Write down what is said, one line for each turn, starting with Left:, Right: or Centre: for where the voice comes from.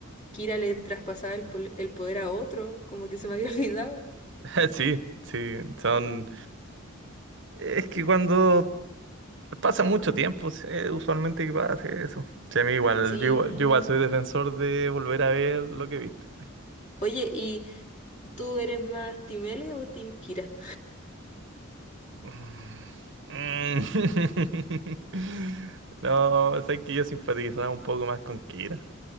Left: Kira le traspasaba el, pol- el poder a otro, como que se me había <laughs> olvidado.
Right: <laughs> Sí, sí, son. Es que cuando pasa mucho tiempo, se- usualmente que pasa eso. Sí, a mí igual,
Left: Sí.
Right: yo igual, yo igual soy defensor de volver a ver lo que viste.
Left: Oye, ¿y tú eres más Team L o Team Kira?
Right: Mm, mm. <laughs> No, sé que yo simpatizaba un poco más con Kira.